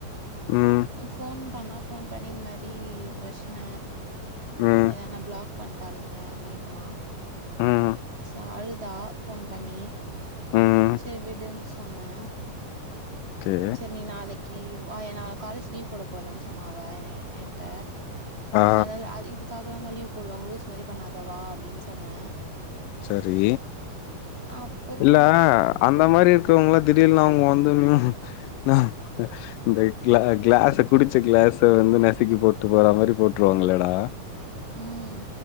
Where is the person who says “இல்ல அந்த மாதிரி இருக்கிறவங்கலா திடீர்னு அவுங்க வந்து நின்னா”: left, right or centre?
Left